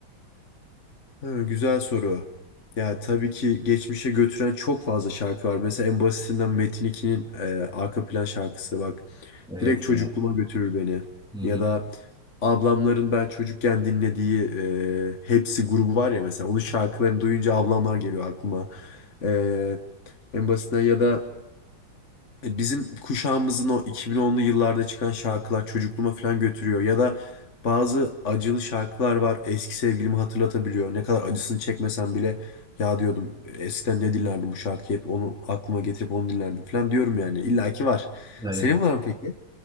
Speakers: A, on the left (about 40°); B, in the centre.
A: Ha, güzel soru. Ya tabii ki geçmişe götüren çok fazla şarkı var. Mesela en basitinden Metin 2'nin e, arka plan şarkısı bak.
B: Evet
A: Direkt çocukluğuma
B: ya.
A: götürür beni.
B: Hı hı.
A: Ya da ablamların ben çocukken dinlediği e, Hepsi grubu var ya mesela. Onun şarkılarını duyunca ablamlar geliyor aklıma. E, en basitinden ya da e, bizim kuşağımızın o 2010'lu yıllarda çıkan şarkılar çocukluğuma falan götürüyor. Ya da bazı acılı şarkılar var eski sevgilimi hatırlatabiliyor. Ne kadar acısını çekmesem bile ya diyordum eskiden ne dinlerdim bu şarkıyı hep onu aklıma getirip onu dinlerdim falan diyorum yani. İlla ki var.
B: Evet.
A: Senin var mı peki?